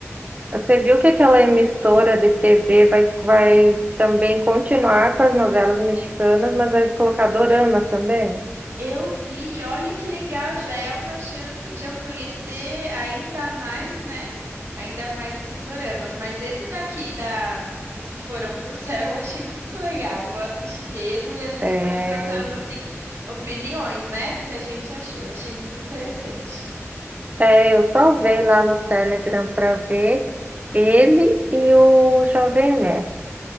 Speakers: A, on the right; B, on the right.
A: Você viu que aquela emissora de TV vai, vai também continuar com as novelas mexicanas, mas vai colocar dorama também?
B: Eu vi, olha que legal, já é uma chance de eu conhecer ainda mais, né? Ainda mais assim doramas, mas esse daqui da dos que foram pro céu, <laughs> eu achei muito legal. Vou assistir mesmo e a gente
A: É,
B: pode ir trocando assim opiniões, né, do que a gente achou. Achei muito interessante.
A: é, eu salvei lá no Telegram para ver ele e o Jovem Mestre.